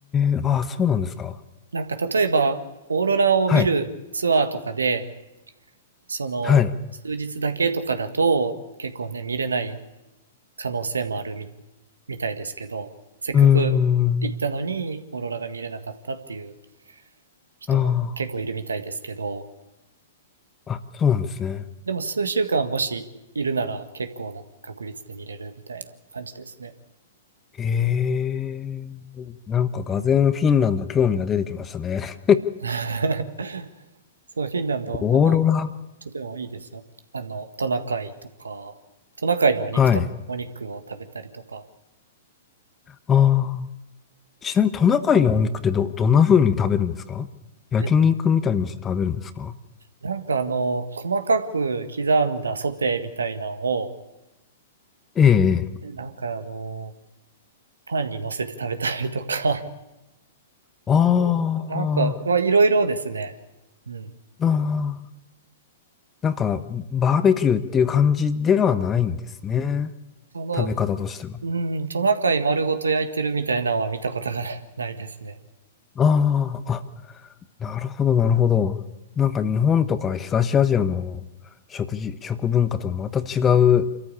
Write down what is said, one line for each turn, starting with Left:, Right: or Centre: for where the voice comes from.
Left: え、ああ、そうなんですか。
Right: なんか例えばオーロラを見るツアーとかで
Left: はい。
Right: その数日だけとかだと結構ね見れない
Left: はい。
Right: 可能性もあるみ、みたいですけどせっかく行ったのにオーロラが見れなかったっていう
Left: うーん。
Right: 人も結構いるみたいですけど
Left: ああ、あ、そうなんですね。
Right: でも数週間もしいるなら結構な確率で見れるみたいな感じですね。
Left: ええ、なんか俄然フィンランド興味が出てきましたね。
Right: <laughs> そう、フィンランド、
Left: <laughs> オーロラ。
Right: あの、とてもいいですよ。あの、トナカイとか、トナカイのお肉と、
Left: はい。
Right: お肉を食べたりとか、
Left: ああ。ちなみにトナカイのお肉ってど、どんな風に食べるんですか焼肉みたいにして食べるんですか
Right: え、なんかあの、細かく刻んだソテーみたいなんを、
Left: ええ。
Right: えなんかあの、パンに乗せて食べたりとか、
Left: ああ、
Right: <laughs> なんか、まあいろいろですね。うん。
Left: あーあー。なんか、バーベキューっていう感じではないんですね。
Right: その、
Left: 食べ方としては。
Right: うん、トナカイ丸ごと焼いてるみたいなのは見たことが <laughs> ないですね。
Left: ああ、あ、なるほど、なるほど。なんか日本とか東アジアの食事、食文化とまた違う